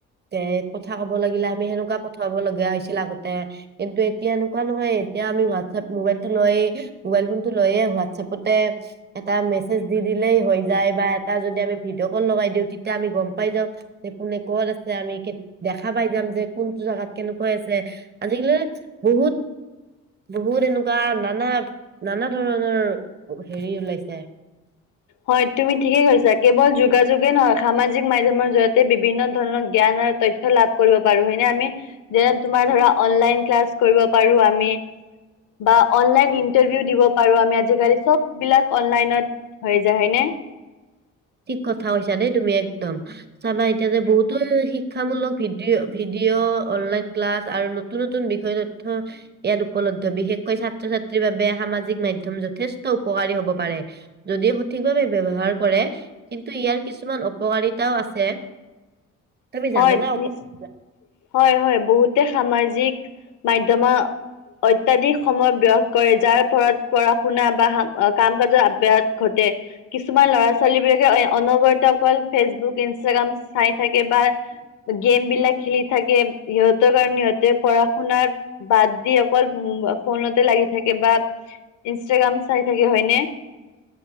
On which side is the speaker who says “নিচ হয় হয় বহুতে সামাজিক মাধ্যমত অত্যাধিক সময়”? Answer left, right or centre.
Left